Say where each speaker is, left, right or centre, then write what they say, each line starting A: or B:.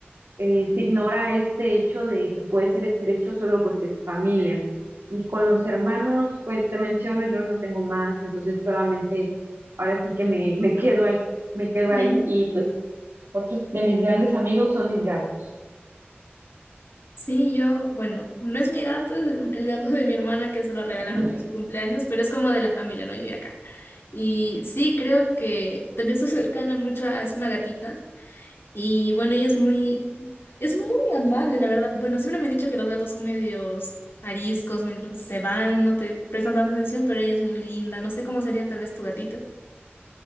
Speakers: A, on the right (about 85°); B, on the left (about 65°).
A: eh, se ignora este hecho de que puede ser estrecho solo porque es familia. Y con los hermanos, pues te menciono, yo no tengo más, entonces solamente ahora sí que me, me quedo ahí, me quedo
B: Mm.
A: ahí y pues otros de mis grandes amigos son mis gatos.
B: Sí, yo, bueno, no es mi gato, es el, el gato de mi hermana que se lo regalaron
A: Ujú.
B: por su cumpleaños, pero es como de la familia, ¿no? Vive acá. Y sí, creo que también soy cercana mucho a, es una gatita y bueno, ella es muy, es muy amable, la verdad. Bueno, siempre me he dicho que los gatos son medios ariscos mientras se van, no te prestan tanta atención, pero ella es muy linda. No sé cómo sería tal vez tu gatita.